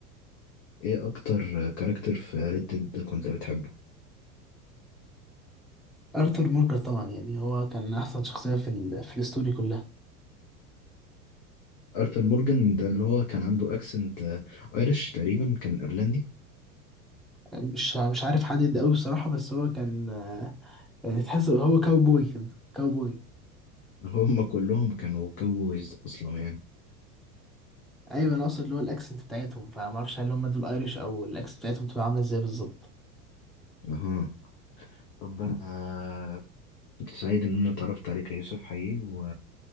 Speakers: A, on the left (about 40°); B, in the centre.
A: ايه اكتر كاركتر في ريد ديد كنت بتحبه
B: ارثر مورجان طبعا يعني هو كان احسن شخصيه في ال... في الستوري كلها
A: ارثر مورجان ده اللي هو كان عنده اكسنت ايرش تقريبا كان ايرلندي
B: مش مش عارف حدد قوي الصراحه بس هو كان آه، تحس هو كاوبوي كده كاوبوي
A: <laughs> هم كلهم كانوا كاوبويز اصلا يعني
B: ايوه انا اقصد اللي هو الاكسنت بتاعتهم فما اعرفش هل هم دول ايريش او الاكسنت بتاعتهم تبقى عامله ازاي بالظبط
A: اها طب انا كنت سعيد ان انا اتعرفت عليك يا يوسف حقيقي و...